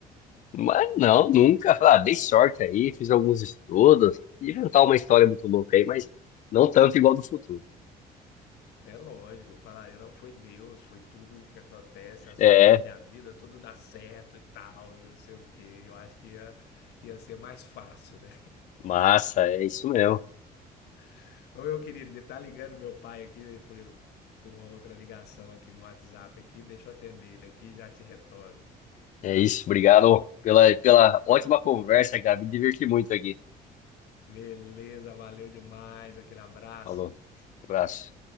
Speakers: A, on the left; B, on the left.
A: Mas não, nunca. Falei, Ah, dei sorte aí, fiz alguns estudos, inventar uma história muito louca aí, mas não tanto igual do futuro.
B: É lógico, falaria, não, foi Deus, foi tudo o que acontece, as
A: É,
B: coisas na minha vida, tudo dá certo e tal, e não sei o quê. Eu acho que ia, ia ser mais fácil, né?
A: massa, é isso mesmo.
B: <laughs> Ô, meu querido, me tá ligando meu pai aqui por, por uma outra ligação aqui no WhatsApp aqui, deixa eu atender ele aqui e já te retorno.
A: É isso, obrigado pela, pela ótima
B: Fa-
A: conversa, Gabi. Me diverti muito aqui.
B: Beleza, valeu demais, aquele abraço.
A: Falou, abraço.